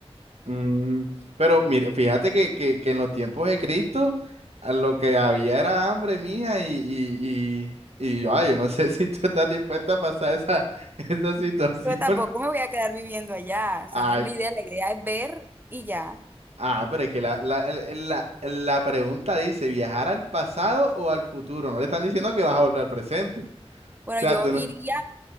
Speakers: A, on the right; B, on the right.
A: Mm, pero mire, fíjate que, que, que en los tiempos de Cristo a lo que había era hambre, mija, y, y, y, y, ay, yo no sé <laughs> si tú estás dispuesta a pasar esa, esa situación.
B: Yo tampoco
A: <laughs>
B: me voy a quedar viviendo allá. O sea,
A: Ay,
B: no es la idea, la idea es ver y ya.
A: ah, pero es que la, la, el- el- la, la pregunta dice, ¿viajar al pasado o al futuro? No le están diciendo que vas a volver al presente. O
B: Bueno,
A: sea,
B: yo
A: tú
B: iría
A: no-